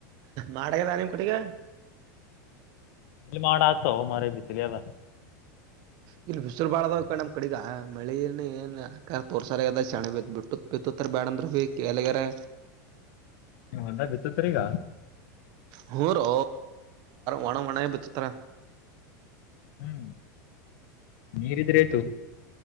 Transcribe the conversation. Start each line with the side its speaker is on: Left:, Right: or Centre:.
Right: ಮಾಡದ ನಿಮ್ ಕುಡಗ
Left: ಎಲ್ಲಿ ಮಾಡ ಆತ ಅವ ಮರ ಬಿಸಿಲಿ ಅದ
Right: ಇಲ್ಲಿ ಬಿಸಿಸಿರು ಬಾಳದಾವ ಕ ನಮ್ ಕಡಿಗ ಮಳೇ ಏನ್ ಆ ತೋರ್ಸಾರ ಅದ ಚಣೆತ್ ಬಿಟ್ಟು ಬಿತ್ತ ಕಡ ರೂಪಿ ಎಲೆಗರೆ
Left: ನೀ್ ಹೊಂದ ಬಿತ್ತತ್ರಿೀಗ
Right: ಹ್ಮ ರೋ ಒಣ ಒಣ ಬತರ
Left: ಹ್ಮ್ ನೀರಿದ್ರೆ ಆಯ್ತು